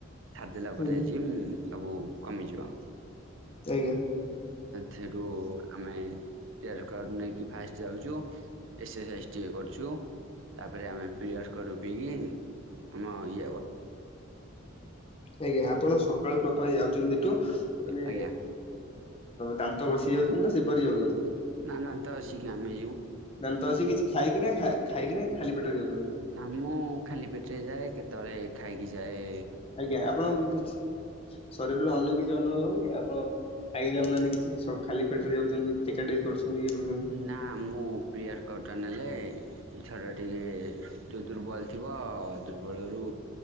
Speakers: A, on the right; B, on the left.
A: ଛାଦଦିଲା ପରେ
B: ହୁଁ
A: ଜିମ୍ ସବୁ କମିଯିବ।
B: ଆଜ୍ଞା।
A: ସେଠୁ, ଆମେ ପ୍ରି ୱର୍କ ନେଇକି ଫ ଯାଉଛୁ ଏକ୍ସରସାଇଜ ଟିକେ କରୁଛୁ, ତାପରେ ଆମେ ପ୍ରି ୱର୍କଆଉଟ୍ ରୋପିକି ଆମ ଇ
B: ଆଜ୍ଞା, ଆପଣ ସକାଳୁ ପ୍ରଥମେ ଯାଉଛନ୍ତି ଭାରି ମାନେ
A: ଆଜ୍ଞା
B: ଦାନ୍ତ ଘଷି ଯାଉଛ ନା ସେପରି ଯାଉନ୍ତି।
A: ନାଦନ୍ତ ଘସିକି ଆମେ
B: ଦାନ୍ତ ଘଷିକି କିଛି ଖାଇକି ନା ଖାଇକିନା ଖାଲି ପେଟରେ ଯାଉଛନ୍ତି?
A: ନା ମୁଁ ଖାଲି ପେଟରେ ଯାଏ, କେତେବେଳେ ଖାଇକି ଯାଏ।
B: ଆଜ୍ଞା, ଆପଣଙ୍କ କିଛି ଶରୀରରେ ଅନ୍ୟ କିଛି ଅନୁଭବ ହଉନି, ଆପଣ ଖାଇକି ଯାଉନା କିଛି, ଖାଲି ପେଟରେ ଯାଉଛନ୍ତି, ଟେକାଟେକି କରୁଛନ୍ତି? ଇଏ କରୁଛନ୍ତି
A: ନା ମୁଁ ପ୍ରି ୱର୍କଆଉଟ୍ ଟା ନେଲେ ଝର ଟିକେ ଯୋଉ ଦୁର୍ବଳ ଥିବ, ଦୁର୍ବଳରୁ